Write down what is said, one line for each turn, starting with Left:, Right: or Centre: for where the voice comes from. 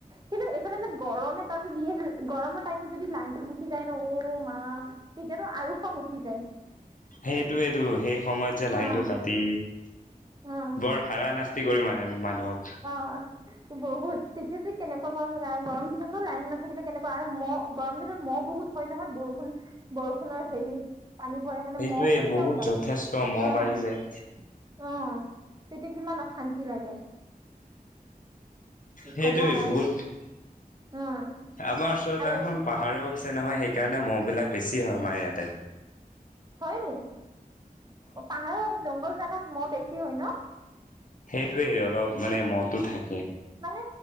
Right: কিন্তু এইফালে যে গৰম এটা যে দিয়ে যে, গৰমৰ টাইমত যদি লাইনতটো গুচি যায় ন, অ', মা! তেতিয়াতো আৰু খং উঠি যায়।
Left: সেইটোৱেইতো, সেই সময়ত যে লাইনতটো
Right: অ
Left: কাটি
Right: অ
Left: বৰ হাৰানাস্তি কৰো মানে আম মানুহক।
Right: অ' বহুত! তেতিয়াযে কেনেকুৱা গৰম লাগে, আৰু গৰম দিনতো লাইন নাথাকিলে কেনেকুৱা আৰু মহ, গৰম দিনত মহ বহুত হয় নহয়। বৰষুণ-বৰষুণৰ হেৰি পানী পৰে কাৰণে
Left: সেইটোৱে
Right: মহ কেনেকুৱা
Left: বহুত
Right: ওলাই
Left: যথেষ্ট মহ
Right: অ'
Left: বাঢ়ি যায়।
Right: অ', তেতিয়া কিমান অশা শান্তি লাগে। কি
Left: সেইটোৱে
Right: কবা আৰু
Left: বহুত।
Right: উম
Left: আমাৰ ওচৰতে
Right: আৰু
Left: এখন পাহাৰো আছে নহয়। সেইকাৰণে মহ বিলাক বেছি হয় আমাৰ ইয়াতে।
Right: হয় নি? অ', পাহাৰো জংঘল জাগাত মই বেছি হয় ন'।
Left: সেইটোৱে অলপ মানে মতো থাকে,
Right: মানে